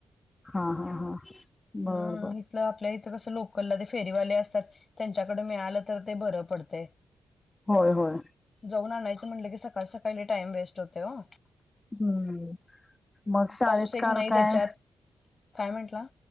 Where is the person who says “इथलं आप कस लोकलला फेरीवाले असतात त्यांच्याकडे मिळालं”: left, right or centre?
Left